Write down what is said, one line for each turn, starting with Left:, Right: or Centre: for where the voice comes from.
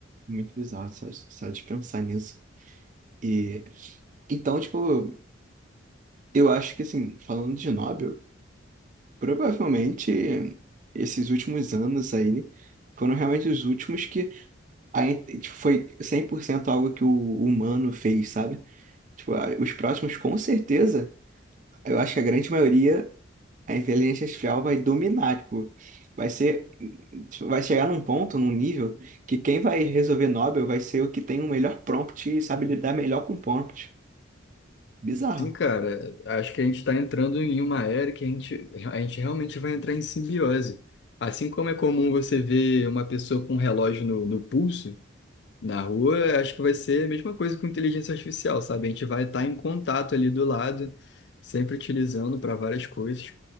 Right: muito bizarro só, só de pensar nisso. E então, tipo, eu acho que assim, falando de Nobel, provavelmente esses últimos anos aí foram realmente os últimos que a in- tipo, foi 100% algo que o humano fez, sabe? Tipo, a- os próximos com certeza, eu acho que a grande maioria A inteligência artificial vai dominar, tipo, vai ser, tipo, vai chegar num ponto, num nível, que quem vai resolver Nobel vai ser o que tem o melhor prompt e sabe lidar melhor com prompt. Bizarro.
Left: Sim, cara, acho que a gente está entrando em uma era que a gente, a gente realmente vai entrar em simbiose. Assim como é comum você ver uma pessoa com um relógio no, no pulso, na rua, acho que vai ser a mesma coisa com inteligência artificial, sabe? A gente vai estar em contato ali do lado, sempre utilizando para várias coisas,